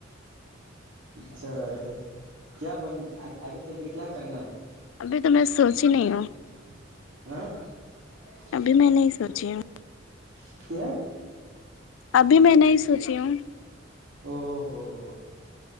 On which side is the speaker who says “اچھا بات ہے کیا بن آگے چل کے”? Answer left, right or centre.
Right